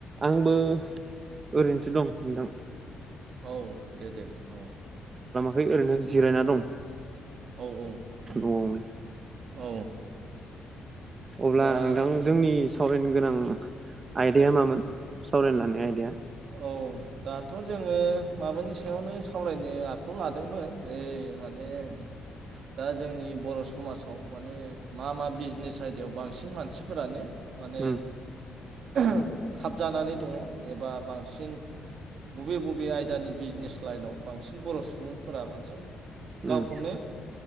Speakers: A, on the right (about 40°); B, on the right (about 65°).
A: आंबो ओरैनोसो दं नोंथां।
B: औ दे दे औ।
A: फै ओरैनो जिरायना दं।
B: औ औ उम
A: न'आवनो उम
B: औ होमबा
A: अब्ला नोंथां जोंनि सावरायनो गोनां आयदाया मामोन सावरायनो लानाय आयदाया?
B: औ दाथ' जोङो माबानि सायावनो सावरायनो आखायाव लादोंमोन ओइ माने दा जोंनि बर' समाजाव माने मा मा बिजनेस आयदायाव बांसिन मानसिफोरानो माने
A: उम
B: ओ खाबजानानै दङ एबा बांसिन बबे बबे आयदानि बिजनेस लाइनाव बांसिन बर' सुबुंफोरा माने गावखौनो
A: उम